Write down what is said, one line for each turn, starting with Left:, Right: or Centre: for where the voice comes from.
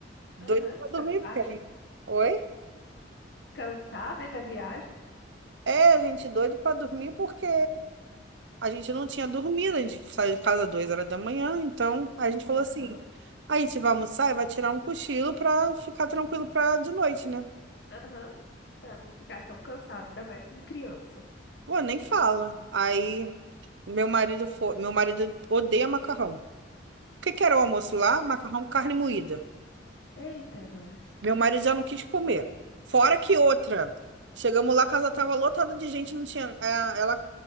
Right: Doido
Left: Aham,
Right: pra
Left: descansar,
Right: dormir, porque... a
Left: né?
Right: gente- Oi?
Left: Cansada, né da viagem?
Right: É, a gente doido pra dormir porque a gente não tinha dormido, a gente saiu de casa duas horas da manhã, então a gente falou
Left: Aham,
Right: assim, a gente vai almoçar e vai tirar um cochilo pra ficar tranquilo pra de noite, né?
Left: aham, pra não ficar tão cansado, ainda mais com criança.
Right: Pô, nem fala. Aí Meu marido foi, meu marido odeia macarrão. O que que era o almoço lá? Macarrão,
Left: né?
Right: carne moída.
Left: Eita, nossa.
Right: Meu marido já não quis comer. Fora que outra. Chegamos lá, a casa tava lotada de gente, não tinha. é, ela